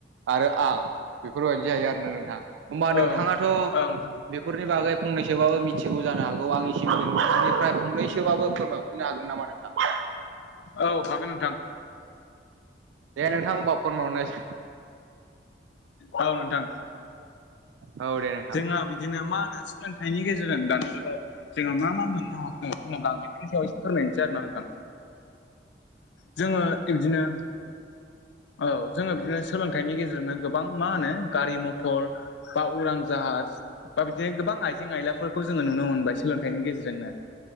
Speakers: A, on the right; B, on the left.
A: आरो आं बेफोरबायदि जायो आरोना नोंथां होमबा नोंथाङाथ'।
B: औ औ नोंथां
A: बेफोरनि बागै फंनैसोबाबो मिथि थिगौ जानो हागौ आंनिसिम नोंथांनिफ्राय फंनैसोबाबो फोरमायहरफिननो हागोन नामा नोंथां?
B: औ हागोन नों
A: दे नोंथां होमबा फोरमायहरनाय
B: औ नोंथां
A: औ दे नोंथां
B: जोंहा
A: औ
B: बिद दिनो मा होनो सोलोंथाइनि गेजेरजों दानि जुगाव जोङो मा मा मोननो हाखो होनोब्ला आं बेखौ बेनि सायाव एसे फोरमायनोसै आरो ना नोंथां जोङो बिब्दिनो औ जोङो बिदिनो सोलोंथाइनि गेजेरजोंनो गोबां मा होनो गारि- मथर बा उरां जाहाज बा बिदिनो गोबां आइजें आयलाफोरखौ जोङो नुनो मोनबाय सोलोंथाइनि गेजेरजोंनो।